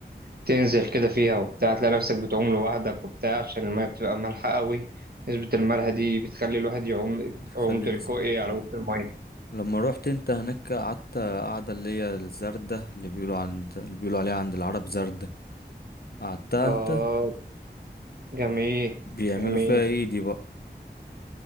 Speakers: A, on the right (about 65°); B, on the left (about 65°).
A: تنزل كده فيها وبتاع تلاقي نفسك بتعوم لوحدك وبتاع عشان المية بتبقى مالحة قوي نسبة الملح دي بتخلي الواحد يعوم
B: بتخلي
A: يعوم تلقائي
B: جسمك يترف
A: على وش المية
B: لما روحت انت هناك قعدت قعدة اللي هي الزردة اللي بيقولوا عند اللي بيقولوا عليها عند العرب زردة قعدتها
A: آه
B: انت
A: جميل
B: بيعملوا
A: جميل
B: فيها ايه دي بقى